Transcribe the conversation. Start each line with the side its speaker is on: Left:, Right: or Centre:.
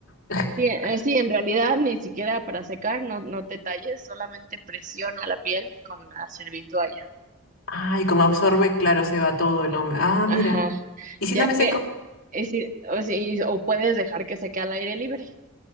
Left: <laughs>
Right: Sí, eh, sí, en realidad ni siquiera para secar, no, no te talles, solamente presiona la piel con la servitualla.
Left: Ah, y como absorbe, claro, se va todo el hombre. Ah, mira.
Right: Ajá.
Left: ¿Y
Right: Ya
Left: si no me
Right: que,
Left: seco?
Right: eh, sí, o, sí, o puedes dejar que seque al aire libre.